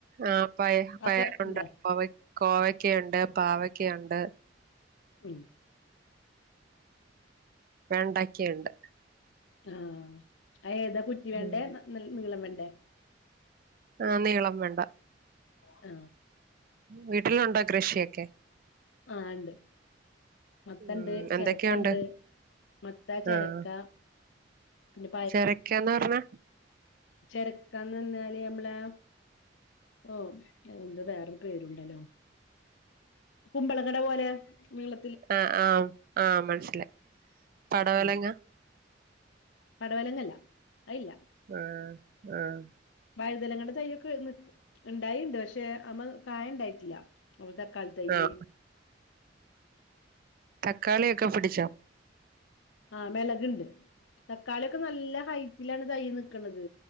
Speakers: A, on the right; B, on the left.
A: ആഹ് പയ പയറുണ്ട്
B: ഒക്കെ ഇണ്ടോ
A: കോവ കോവക്കയുണ്ട് പാവക്കയുണ്ട്
B: ഉം
A: വേണ്ടക്കെയുണ്ട്
B: ആഹ് അ ഏതാ കുറ്റി വെണ്ടേ
A: ഉം
B: ന നീളം വെണ്ടേ
A: ആഹ് നീളം വെണ്ട
B: അ
A: വീട്ടിലുണ്ടോ കൃഷിയൊക്കെ
B: ആഹ് ഇണ്ട് മത്തണ്ട്
A: ഉം എന്തൊക്കെയുണ്ട്
B: ചെരക്കണ്ട് മത്ത ചെരക്ക
A: ആഹ്
B: പിന്നെ
A: ചെരക്കാന്ന് അർനാ
B: ചെരക്കാന്നർഞ്ഞാല് നമ്മളെ ഓ എന്ത് വേറൊരു പേരുണ്ടല്ലോ കുമ്പളങ്ങട പോലെ നീള
A: ആ ആഹ ആഹ മനസിലേ പടവലങ്ങ
B: ഉം പടവലങ്ങല്ല അയില്ല
A: ഉം ഉം
B: വായുതലങ്ങളുടെ തൈ്യൊക്കെ നി ഇണ്ടായിണ്ട് പക്ഷെ അമ്മ കായ ഇണ്ടായിട്ടില്ല അവിടുത്തെ കളി തെയ്യ്
A: ആഹ് തക്കാളി ഒക്കെ പിടിച്ചോ
B: ആഹ് മെളക്ണ്ട് തക്കാളിയൊക്കെ നല്ല ഹൈറ്റിലാണ് തൈ നിക്ക്ണത്